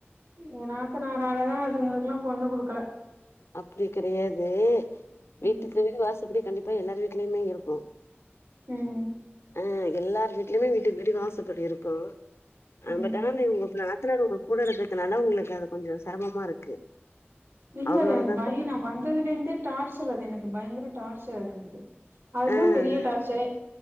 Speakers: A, on the right; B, on the left.
A: எ நாத்தனாராலதா அதுங்களுக்கெல்லா பொண்ணு குடுக்கல
B: அப்டி கெடையாது வீட்டுக்கு
A: ம்
B: வீடு வாசப்படி கண்டிப்பா எல்லார் வீட்லயுமே இருக்கு
A: ம்
B: ஆ எல்லார் வீட்லயுமே வீட்டுக்கு வீடு வாசப்படி இருக்கு அ
A: ம்
B: பட் ஆனா நீங்க உங்க நாத்தனார் ஒங்க கூட இருக்கறதுனால உங்களுக்கு அது கொஞ்சொ செரமமா இருக்கு
A: இல்லல
B: அவ்ளோதா
A: எனக்கு பய நா வந்ததுலேந்தே டார்ச்சர் அது எனக்கு பயங்கர டார்ச்சர் அது எனக்கு அதுதா
B: ஆ அ
A: பெரிய டார்ச்சரே